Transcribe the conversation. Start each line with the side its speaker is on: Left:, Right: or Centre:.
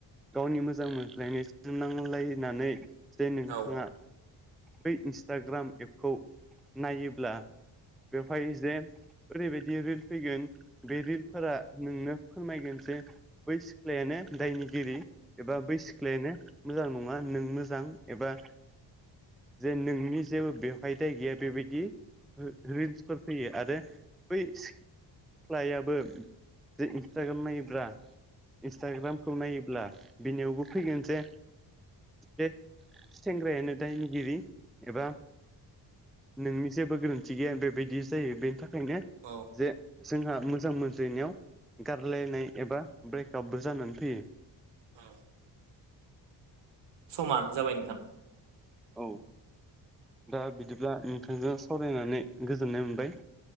Centre: गावनि मोजां मोनज्लायनाय जों नांलायनानै जे नोंथाङा
Right: औ
Centre: बै इन्सटाग्राम एपखौ नायोब्ला बेवहाय जे ओरैबायदि रिल फैगोन बे रिलफोरा नोंनो फोरमायगोन जे बै सिख्लायानो दायनिगिरि एबा बै सिख्लायानो मोजां नङा नों मोजां एबा जे नोंनि जेबो बेवहाय दाय गैया बेबायदि रिल्सफोर फैयो आरो बै सिख्लायाबो जे इन्सटाग्राम नायोब्ला इन्सटाग्रामखौ नायोब्ला बिनियावबो फैगोन जे बे सेंग्रायानो दायनिगिरि एबा नोंनि जेबो गोरोन्थि गैया बेबायदि जायो बेनि थाखायनो
Right: औ
Centre: जे जोंहा मोजां मोनज्लायनायाव गारलायनाय एबा ब्रेकआपबो जानानै फैयो
Right: औ समा जाबाय नोंथां
Centre: औ दा बिदिब्ला नोंथांजों सावरायनानै गोजोननाय मोनबाय